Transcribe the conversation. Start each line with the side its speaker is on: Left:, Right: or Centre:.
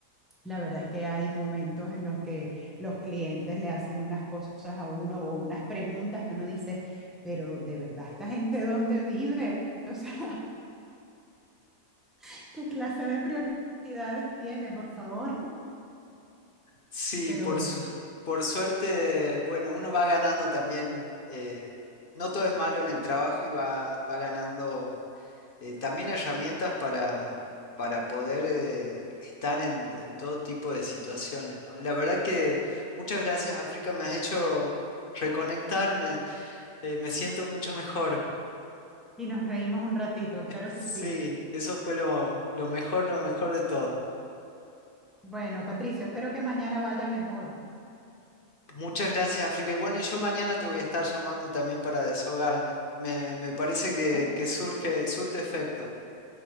Centre: La verdad es que hay momentos en los que los clientes le hacen unas cosas a uno o unas preguntas que uno dice, pero de verdad, ¿esta gente dónde vive? O sea, <laughs> ¿qué clase de prioridades tiene, por favor? <laughs>
Left: Sí,
Centre: Pero
Left: por,
Centre: bueno,
Left: su- por suerte, bueno, uno va ganando también, eh, no todo es malo en el trabajo y va, va ganando eh, también herramientas para, para poder eh, estar en, en todo tipo de situaciones, ¿no? La verdad que muchas gracias, África, me has hecho reconectarme, eh, me siento mucho mejor. <laughs>
Centre: y nos reímos un ratito, claro
Left: Sí,
Centre: que sí.
Left: eso fue lo, lo mejor, lo mejor de todo.
Centre: Bueno, Patricio, espero que mañana vaya mejor.
Left: Muchas gracias, África. Y bueno, y yo mañana te voy a estar llamando también para desahogarme. Me, me parece que,
Centre: Es-
Left: que surge, surte efecto.